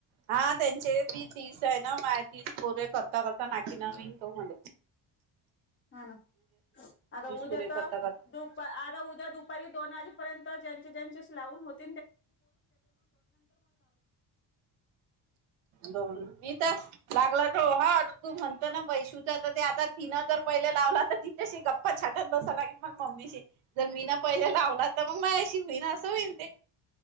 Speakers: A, on the right; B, on the left.
A: हा, त्यांचे तीस आहे ना मा- ती कोरे करता करता नाकी नवीन तो म्ह
B: हा ना आता उद्या
A: पुरे करता
B: त-.
A: करता
B: दुप आता उद्या दुप दुपारी दोन वाजेपर्यंत ज्यां ज्यांच्याशी लावून होत
A: दोन मी तर लागला, तो हा तू म्हणत, ना बैशू ते आता तिनं जर पहिले लावला, तर तिच्याशी गप्पा छाटत बसाला के मग मम्मीशी जर मीन पहिल्या लावला तर मग माझ्याशी होईन असं होईन ते-